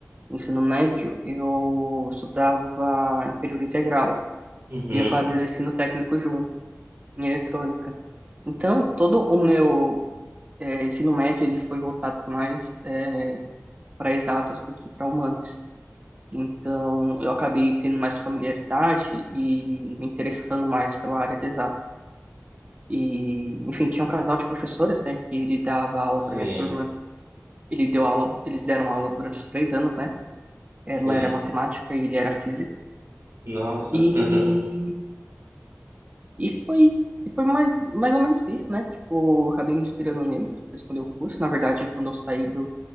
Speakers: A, on the right (about 30°); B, on the right (about 60°).
A: o ensino médio eu estudava em período integral
B: Uhum,
A: e eu fazia ensino técnico junto, em eletrônica. Então, todo o meu é, ensino médio ele foi voltado mais é, para exatas do que para humanas. Então, eu acabei tendo mais familiaridade e me interessando mais pela área de exatas. E, enfim, tinha um casal de professores, né, que ele dava aula
B: sim,
A: para minha turma. Ele deu aula, eles deram aula durante os três anos, né? Ela
B: sim.
A: era matemática e ele era física.
B: Nossa.
A: E,
B: <laughs>
A: e foi, e foi mais, mais ou menos isso, né? Tipo, eu acabei me inspirando neles para escolher o curso. Na verdade, quando eu saí do